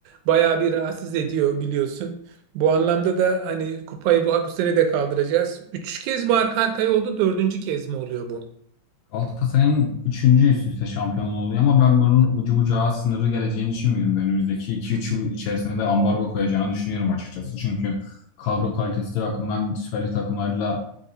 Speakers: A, on the right; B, on the left.
A: bayağı bir rahatsız ediyor biliyorsun. Bu anlamda da hani kupayı bu, bu sene de kaldıracağız. Üç kez mi arka arkaya oldu, dördüncü kez mi oluyor bu?
B: Galatasaray'ın üçüncü üst üste şampiyonluğu oluyor ama ben bunun ucu bucağı sınırı geleceğini düşünmüyorum. Önümüzdeki iki üç yıl içerisinde de ambargo koyacağını düşünüyorum açıkçası. Çünkü kadro kalitesi bakımından Süper Lig takımlarıyla